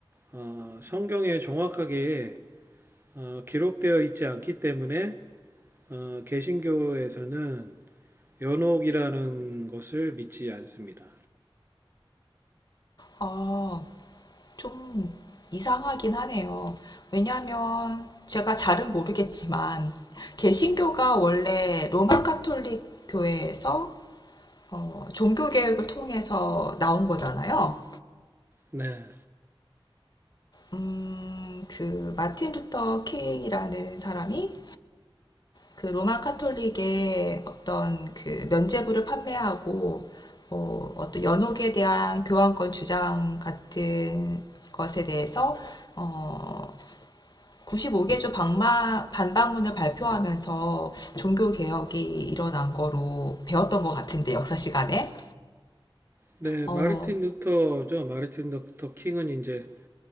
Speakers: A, on the right; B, on the left.
A: 어, 성경에 정확하게 어, 기록되어 있지 않기 때문에 어, 개신교에서는 연옥이라는 것을 믿지 않습니다.
B: 아, 좀 이상하긴 하네요. 왜냐하면 제가 잘은 모르겠지만 개신교가 원래 로마 카톨릭 교회에서 어, 종교개혁을 통해서 나온 거잖아요.
A: 네,
B: 음, 그 마틴 루터 킹이라는 사람이 그 로마 카톨릭의 어떤 그 면죄부를 판매하고 어, 어떤 연옥에 대한 교환권 주장 같은 것에 대해서 어, 95개 조 방마, 반박문을 발표하면서 종교 개혁이 일어난 거로 배웠던 것 같은데 역사 시간에
A: 네,
B: 어,
A: 마르틴 루터죠. 마르틴 루터 킹은 이제